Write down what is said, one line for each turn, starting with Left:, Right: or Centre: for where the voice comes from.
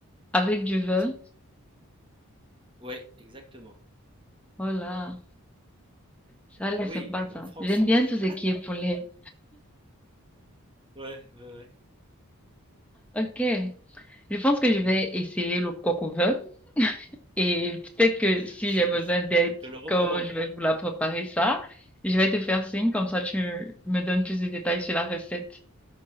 Centre: avec du vin.
Right: Parce que, ouais, exactement.
Centre: Voilà, ça a l'air
Right: Et oui,
Centre: sympa
Right: on est
Centre: ça.
Right: en France.
Centre: J'aime bien
Right: <laughs>
Centre: tout ce qui est poulet.
Right: Ouais, ouais, ouais.
Centre: Ok, je pense que je vais essayer le coq au vin. Et peut-être que
Right: Je,
Centre: si
Right: je,
Centre: j'ai besoin
Right: je,
Centre: d'aide
Right: je te le recommande.
Centre: quand je vais vous la préparer ça, je vais te faire signe, comme ça tu me donnes plus de détails sur la recette.